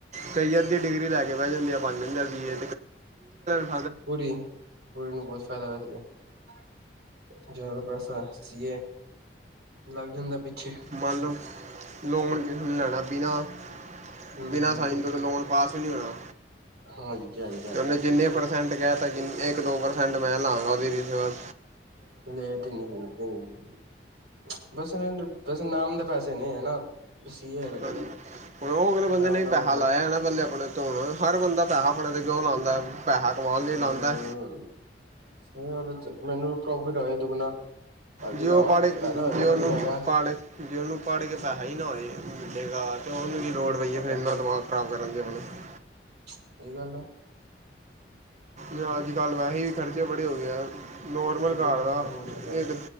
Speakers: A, on the right; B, on the right.
A: ਕਰਈਅਰ ਦੀ ਡਿਗਰੀ ਲੈ ਕੇ ਬਹਿ ਜਾਂਦੇ ਆ ਬਣ ਜਾਂਦੇ <unintelligible>
B: ਪੂਰੀ-ਪੂਰੀ ਨੂੰ ਬਹੁਤ ਫਾਇਦਾ ਵੈਸੇ ਤੇ ਜ਼ਿਆਦਾ ਪੈਸਾ ਸੀਏ ਲੱਗ ਜਾਂਦਾ ਪਿੱਛੇ
A: ਮੰਨ ਲੋ ਲੋਨ ਜਿੰਨੇ ਲੈਣਾ ਬਿਨਾਂ-ਬਿਨਾਂ
B: ਹਮ
A: ਸਾਈਨ ਦਾ ਦੇ ਲੋਨ ਪਾਸ ਤੇ ਕੀ ਹੋਯਾ
B: ਹਾਂਜੀ ਹਾਂਜੀ ਹਾਂਜੀ
A: ਤੇ ਉਨੇ ਜਿੰਨੇ ਪਰਸੈਂਟ ਕੈਤਾ। ਇੱਕ ਦੋ ਪਰਸੈਂਟ ਮੈਂ ਲਾਂਗਾ ਉਦੇ ਰਿਚਾਰਜ
B: ਲੇਟ ਏਨੀ <unintelligible> ਬਸ-ਬਸ ਨਾਮ ਦੇ ਪੈਸੇ ਨੇ ਹਨਾ। <inaudible>
A: ਹਾਂਜੀ ਹੂੰ ਉਹ ਅਗਲੇ ਬੰਦੇ
B: ਨਾਮ
A: ਨੇ
B: ਨਾਮ
A: ਪੈਹਾ
B: ਦੇ ਪੈਸੇ
A: ਲਾਇਆ ਨਾ। ਪੈਂਲਾ ਆਪਣੇ ਤੋ ਹਰ ਬੰਦਾ ਪੈਹਾ ਆਪਣੇ ਤੇ ਕਿਉ ਲਾਂਦਾ ਪੈਹਾ ਕਮਾਉਣ ਲਈ
B: ਹਮ
A: ਲਾਂਦਾਂ।
B: ਸਹੀ ਵਿਚ ਮੈਨੂੰ ਪ੍ਰੋਫਿਟ ਹੋਵੇ ਦੁੱਗਣਾ ਤਦ ਈ
A: ਜੇ
B: ਲਾਵਾਂ
A: ਉਹ ਪੜ੍ਹ
B: ਫਾਇਦਾ ਹੋਏਗਾ
A: ਜੇ ਉਹਨੂੰ
B: ਤਦ ਈ ਲਏਗਾ।
A: ਪੜ੍ਹ ਜੇ ਉਹਨੂੰ ਪੜ੍ਹ ਕੇ ਪੈਹਾ ਹੀ ਨਾ ਹੋਏ ਮਿਲੇਗਾ ਤੇ ਉਹਨੂੰ ਵੀ ਲੋੜ ਪਈ
B: ਕੀ ਫਾਇਦਾ
A: ਏ ਫਿਰ ਏਨਾ ਦਿਮਾਗ <inaudible>
B: ਸਹੀ ਗੱਲ ਏ।
A: ਯਾਰ ਅੱਜ ਕੱਲ੍ਹ ਵੈਸੇ ਵੀ ਖਰਚੇ ਬੜੇ ਹੋ ਗਏ ਆ ਨੋਰਮਲ
B: ਬਹੁਤ ਜ਼ਿਆਦਾ
A: ਘਰ ਦਾ
B: ਹੁਣ ਬਹੁਤ ਜ਼ਿਆਦਾ
A: ਇੱਕ